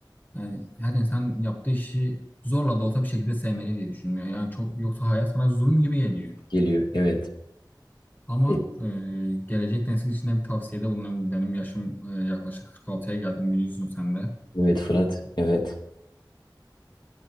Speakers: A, on the left; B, on the left.
A: yani her insan yaptığı işi zorla da olsa bir şekilde sevmeli diye düşünmüyor. Yani çok yoksa hayat sana zulüm gibi geliyor.
B: geliyor. Evet,
A: Ama
B: E-
A: e, gelecek nesil için de bir tavsiyede bulunayım. Benim yaşım e, yaklaşık 46'ya geldim biliyorsun sen de.
B: evet Fırat. Evet,